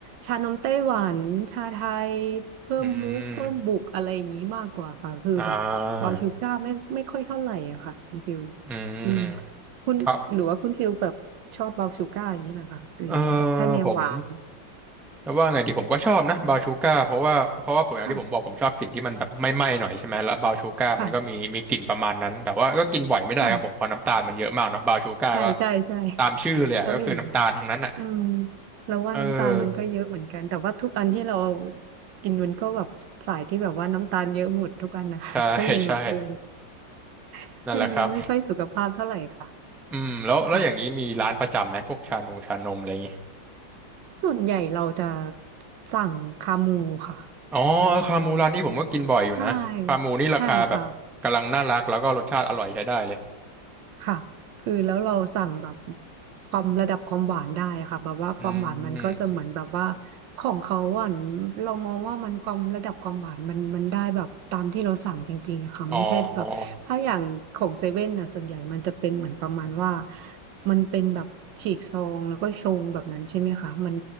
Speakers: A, on the right; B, in the centre.
A: ชานมไต้หวันชาไทยเพิ่มมุกเพิ่มบุกอะไรอย่างนี้มากกว่าค่ะคือแบบบาชูก้าไม่ไม่ค่อยเท่าไหร่อะค่ะคุณฟิว
B: อืมอ่าอืมอืม
A: อืมคุณหรือว่าคุณฟิวแบบชอบบาชูก้าอย่างนี้นะคะหรือยังไงถ้าแนวหวาน
B: ครับเออผมจะว่าไงดีผมก็ชอบนะบราวน์ชูการ์เพราะว่าเพราะว่าผมอย่างที่ผมบอกผมชอบกลิ่นที่มันแบบไม่ไหม้หน่อยใช่ไหมแล้วบราวน์ชูการ์มันก็มีมีกลิ่นประมาณนั้นแต่ว่าก็กินบ่อยไม่ได้ครับผมเพราะน้ำตาลมันเยอะมากเนอะบราวน์ชูการ์ก็
A: ค่ะค่ะค่ะ ใช่ใช่ใช่
B: ตามชื่อเลยอะก็คือน้ำตาลทั้งนั้นอ่ะ
A: เราเห็นนะอืมเราว่าน้ำตาลมันก็เยอะเหมือนกันแต่ว่าทุกอันที่เรา
B: เออ
A: กินมันก็แบบสายที่แบบว่าน้ำตาลเยอะหมดทุกอันนะ
B: ใช่
A: <laughs>
B: <laughs>
A: ก็เลยแบบเออ
B: ใช่
A: <laughs>
B: นั่นแหละครับ
A: เออไม่ค่อยสุขภาพเท่าไหร่ค่ะ
B: อืมแล้วแล้วอย่างนี้มีร้านประจำไหมพวกชานงชานมอะไรอย่างงี้
A: ค่ะส่วนใหญ่เราจะสั่งคามูค่ะ
B: อ๋อคามูร้านนี้ผมก็กินบ่อยอยู่นะคามูนี่ราคาแบบกำลังน่ารักแล้วก็รสชาติอร่อยใช้ได้เลย
A: <laughs> ใช่ใช่ค่ะ ค่ะคือแล้วเราสั่งแบบความระดับความหวานได้ค่ะแบบว่าความหวานมันก็จะเหมือนแบบว่า
B: อืม
A: ของเขาหวานเรามองว่ามันความระดับความหวานมันมันได้แบบตามที่เราสั่งจริงๆอะค่ะไม่ใช่แบบถ้าอย่างของเซเว่นน่ะส่วนใหญ่มันจะเป็นเหมือนประมาณว่า
B: อ๋ออ๋อ
A: มันเป็นแบบฉีกซองแล้วก็ชงแบบนั้นใช่ไหมคะมัน